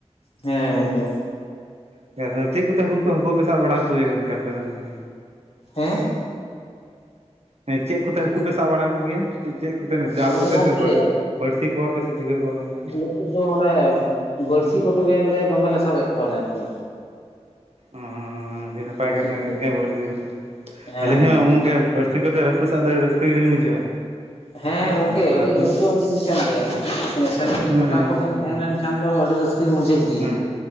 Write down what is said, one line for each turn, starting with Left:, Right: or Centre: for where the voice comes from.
Left: ᱦᱮᱸ ᱜᱚᱝᱠᱮ
Right: ᱫᱤᱭᱮ ᱯᱚᱨᱮ᱾ ᱪᱮᱫ ᱠᱚᱛᱮ ᱦᱟᱹᱠᱩ ᱠᱚ ᱦᱟᱹᱠᱩ ᱯᱮ ᱥᱟᱵ ᱵᱟᱲᱟ ᱠᱚᱜᱮᱭᱟ ᱜᱚᱝᱠᱮ ᱟᱯᱮ ᱫᱚ ᱜᱚᱝᱠᱮ?
Left: ᱦᱮᱸ?
Right: ᱦᱮᱸ ᱪᱮᱫ ᱠᱚᱛᱮ ᱦᱟᱹᱠᱩ ᱯᱮ ᱥᱟᱵ ᱵᱟᱲᱟ ᱠᱚ ᱜᱮᱭᱟ? ᱪᱮᱫ ᱪᱮᱫ ᱠᱚᱛᱮ ᱱᱮ ᱡᱟᱞ
Left: ᱟᱞᱮ
Right: ᱠᱚᱛᱮ
Left: ᱫᱚ ᱜᱚᱝᱠᱮ
Right: ᱥᱮ ᱵᱟᱹᱲᱥᱤ ᱵᱟᱹᱲᱥᱤ ᱠᱚᱣᱟᱯᱮ ᱥᱮ ᱪᱤᱠᱟᱹ ᱠᱚᱣᱟ ᱯᱮ ᱜᱚᱝᱠᱮ?
Left: ᱱᱤᱛᱚᱫ ᱫᱚ ᱚᱱᱮ ᱵᱟᱹᱲᱥᱤ ᱠᱚᱛᱮ ᱜᱮ ᱞᱮ ᱫᱚᱢᱮ ᱞᱮ ᱥᱟᱵᱮᱫ ᱠᱚᱣᱟᱞᱮ ᱟᱨᱠᱤ᱾
Right: ᱚ ᱟᱹᱰᱤ ᱱᱟᱯᱟᱭ
Left: ᱵᱟᱹᱲᱥᱤ
Right: ᱠᱟᱛᱷᱟ
Left: ᱠᱚᱛᱮ
Right: ᱜᱚᱝᱠᱮ
Left: ᱜᱮ
Right: ᱵᱟᱹᱲᱛᱤ ᱠᱚᱛᱮ᱾
Left: ᱦᱮᱸ
Right: ᱟᱹᱞᱤᱧ ᱦᱚᱸ ᱜᱚᱝᱠᱮ ᱵᱟᱹᱲᱥᱤ ᱠᱚᱛᱮ ᱦᱟᱹᱠᱩ ᱥᱟᱵ ᱫᱚ ᱟᱹᱰᱤ ᱨᱟᱹᱥᱠᱟᱹ ᱜᱮᱞᱤᱧ ᱵᱩᱡᱷᱟᱹᱣᱟ᱾
Left: ᱦᱮᱸ
Right: ᱟᱫᱚ
Left: ᱜᱚᱝᱠᱮ ᱟᱹᱰᱤ
Right: ᱟᱨᱦᱚᱸ
Left: ᱨᱟᱹᱥᱠᱟᱹᱣᱟᱱ ᱡᱤᱱᱤᱥ ᱠᱟᱱ ᱜᱮᱭᱟᱸ᱾ ᱮᱸ ᱥᱟᱺᱜᱮ ᱧᱚᱜ
Right: ᱦᱮᱸ
Left: ᱡᱚᱴᱟᱣ
Right: ᱦᱮᱸ
Left: ᱠᱚᱵᱮᱱ
Right: ᱦᱮᱸ
Left: ᱛᱟᱦᱮᱸ ᱞᱮᱱ ᱠᱷᱟᱱ ᱫᱚ ᱟᱹᱰᱤ ᱨᱟᱹᱥᱠᱟᱹ ᱜᱮ ᱵᱩᱡᱷᱟᱹᱜ ᱜᱮ
Right: ᱦᱮᱸ᱾